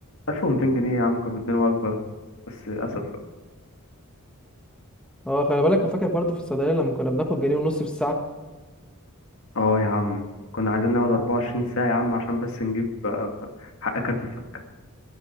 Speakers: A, on the left; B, in the centre.
A: 1200 جنيه يا عم كانوا بيدوني وجبة بس للأسف
B: اه خلي بالك أنا فاكر برضو في الصيدلية لما كنا بناخد جنيه ونص في الساعة
A: اه يا عم كنا عايزين نقعد 24 ساعة يا عم عشان بس نجيب آه، حق كارت الفكة